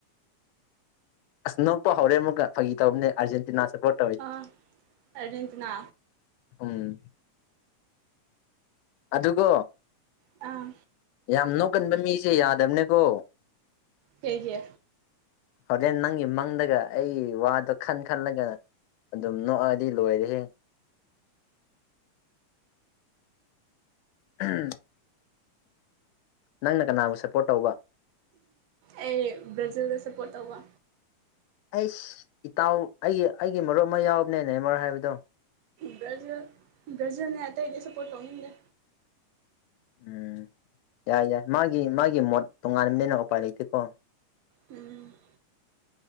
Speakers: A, on the left; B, on the right.
A: ꯑꯁ ꯅꯣꯛꯄ ꯍꯧꯔꯦ ꯑꯃꯨꯒ ꯐꯥꯒꯤ ꯇꯧꯅꯦ ꯑꯔꯖꯦꯟꯇꯤꯅꯥ ꯁꯄꯣꯔꯠ
B: ꯑ ꯑꯔꯖꯦꯟꯇꯤꯅꯥ
A: ꯎꯝ ꯑꯗꯨꯀꯣ
B: ꯑꯥ
A: ꯌꯥꯝ ꯅꯣꯛꯀꯟꯕ ꯃꯤꯁꯦ ꯌꯥꯗꯕꯅꯦꯀꯣ
B: ꯀꯩꯒꯤ
A: ꯍꯣꯔꯦꯟ ꯅꯪꯒꯤ ꯃꯪꯗꯒ ꯑꯩ ꯋꯥꯗꯣ ꯈꯟ ꯈꯜꯂꯒ ꯑꯗꯨꯝ ꯅꯣꯛꯑꯗꯤ ꯂꯣꯏꯔꯦꯍꯦ ꯎꯝ ꯅꯪꯅ ꯀꯅꯥꯕꯨ ꯁꯞꯄꯣꯔꯠ ꯇꯧꯕ
B: ꯑꯩ ꯕ꯭ꯔꯖꯤꯜꯗ ꯁꯞꯄꯣꯔꯠ ꯇꯧꯕ
A: ꯑꯩꯁ ꯏꯇꯥꯎ ꯑꯩꯒꯤ ꯑꯩꯒꯤ ꯃꯔꯨꯞ ꯑꯃ ꯌꯥꯎꯕꯅꯦ ꯅꯦꯃꯔ ꯍꯥꯏꯕꯗꯣ
B: ꯒ꯭ꯔꯖ ꯒ꯭ꯔꯖꯔꯅꯦ ꯑꯇꯩꯗꯤ ꯁꯞꯄꯣꯔꯠ ꯇꯧꯅꯤꯡꯗꯦ
A: ꯎꯝ ꯌꯥꯏ ꯌꯥꯏ ꯃꯥꯒꯤ ꯃꯥꯒꯤ ꯃꯣꯠ ꯇꯣꯉꯥꯟꯕꯅꯤꯅ ꯎꯄꯥꯏ ꯂꯩꯇꯦꯀꯣ
B: ꯎꯝ